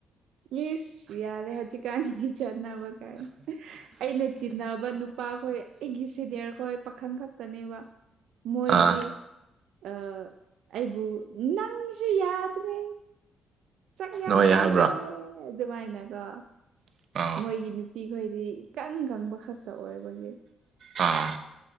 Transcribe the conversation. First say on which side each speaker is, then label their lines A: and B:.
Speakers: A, on the right; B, on the right.
A: ꯃꯤꯁ ꯌꯥꯔꯦ ꯍꯧꯖꯤꯛꯀꯥꯟꯒꯤ ꯆꯠꯅꯕ ꯀꯥꯏ ꯑꯩꯅ ꯇꯤꯟꯅꯕ ꯅꯨꯄꯥ ꯏꯄꯥꯈꯣꯏ ꯑꯩꯒꯤ ꯁꯦꯅꯤꯌꯔꯈꯣꯏ ꯄꯥꯈꯪ ꯈꯛꯇꯅꯦꯕ ꯃꯣꯏꯗꯤ
B: ꯑꯥ
A: ꯑ ꯑꯩꯕꯨ ꯅꯪꯁꯨ ꯌꯥꯗ꯭ꯔꯦ ꯆ ꯌꯥꯝ
B: ꯅꯣꯏ
A: ꯆꯥꯃ
B: ꯍꯥꯏꯕ꯭ꯔꯣ
A: ꯑꯦ ꯑꯗꯨꯃꯥꯏꯅꯀꯣ
B: ꯑꯥ
A: ꯃꯣꯏꯒꯤ ꯅꯨꯄꯤ ꯈꯣꯏꯗꯤ ꯏꯀꯪ ꯈꯪ ꯑꯃꯈꯛꯇ ꯑꯣꯏꯕꯒꯤ
B: ꯑꯥ